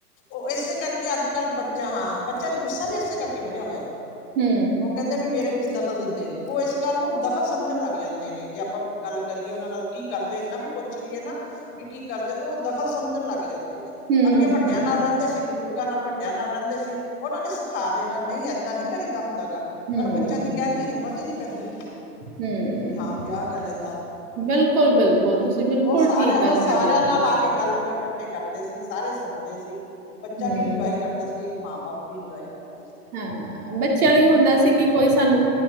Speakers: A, on the left (about 20°); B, on the right (about 60°).
A: ਉਹ ਇਸੇ ਕਰਕੇ ਅੱਜ ਕੱਲ੍ਹ ਬੱਚਾ ਹਾਂ ਬੱਚਾ ਗੁੱਸਾ ਇਸ ਕਰਕੇਧਆ ਹੋਇਆ
B: ਹੂੰ।
A: ਉਹ ਕਹਿੰਦੇ ਵੀ ਮੇਰੇ ਵਿੱਚ ਦਖਲ ਦਿੰਦੇ ਨੇ। ਓ ਏਸ ਗੱਲ ਨੂੰ ਦਖ਼ਲ ਸਮਝਣ ਲੱਗ ਜਾਂਦੇ ਨੇ। ਜੇ ਆਪਾਂ ਗੱਲ- ਕਰੀਏ ਉਨਾਂ ਨਾਲ ਕੀ ਕਰਦੇ ਏਨਾ ਵੀ ਪੁੱਛ ਲੀਏ ਨਾ। ਵੀ ਕੀ ਕਰਦੇ ਤੇ ਓ ਦਖ਼ਲ ਸਮਝਣ ਲੱਗ ਜਾਂਦ-
B: ਹੂੰ,
A: ਅੱਗੇ ਵੱਡਿਆਂ ਨਾਲ ਰੇਂਦੇ ਸੀ। ਬਜ਼ੁਰਗਾਂ ਨਾਲ ਵੱਡਿਆਂ ਨਾਲ ਰੇਂਦੇ ਸੀ। ਉਨਾਂ ਨੇ ਸਿਖਾ ਦੇਣਾ ਨਈ ਏਦਾਂ ਨਈ ਕਰੀਦਾ ਹੁੰਦ- ਹੇਗਾ।
B: ਹੂੰ,
A: ਪਰ ਬੱਚਿਆਂ ਦੀ ਕੈਣ ਦੀ ਹਿੰਮਤ ਈ ਨੀ। ਪੈਂਦੀ
B: ਹੂੰ।
A: ਵੀ ਹਾਂ ਵੀ ਆਹ ਗੱਲ ਐ।
B: ਬਿਲਕੁਲ- ਬਿਲਕੁਲ ਤੁਸੀਂ ਬਿਲਕੁਲ
A: ਸਾਰਿਆਂ
B: ਠੀਕ ਗੱਲ
A: ਉਹ ਸਾਰਿਆਂ
B: ਕਰ ਰਏ ਓ।
A: ਨਾਲ ਆ ਕੇ ਗੱਲ ਕੋਈ ਕੱਠੇ ਕਰਦੇ ਸੀ ਸਾਰੇ ਸੁਣਦੇ ਸੀ। ਬੱਚਾ
B: ਹੂੰ,
A: ਵੀ ਇੰਜੋਏ ਕਰਦਾ ਸੀ ਮਾਂ ਬਾਪ ਵੀ ਇੰ- <inaudible>
B: ਹਾਂ ਬੱਚਿਆਂ ਨੂੰ ਵੀ ਹੁੰਦਾ ਸੀ ਕਿ ਕੋਈ ਸਾਨੂੰ-